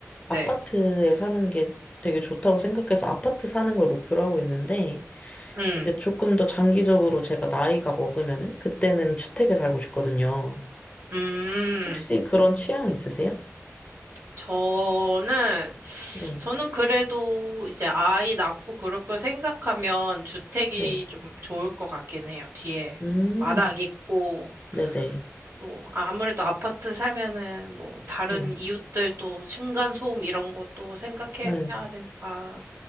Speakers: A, on the right; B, on the left.
A: 네.
B: 아파트에 사는 게 되게 좋다고 생각해서 아파트 사는 걸 목표로 하고 있는데,
A: 음,
B: 이제 조금 더 장기적으로 제가 나이가 먹으면은, 그때는 주택에 살고 싶거든요.
A: 음,
B: 혹시 그런 취향 있으세요?
A: 저는,
B: 네,
A: 저는 그래도 이제 아이 낳고 그럴 걸 생각하면 주택이
B: 네.
A: 좀 좋을 것 같긴 해요. 뒤에
B: 음,
A: 마당 있고,
B: 네네.
A: 또 아무래도 아파트 살면은 뭐 다른
B: 네.
A: 이웃들 또 층간소음 이런 것도 생각해야
B: 음,
A: 되니까,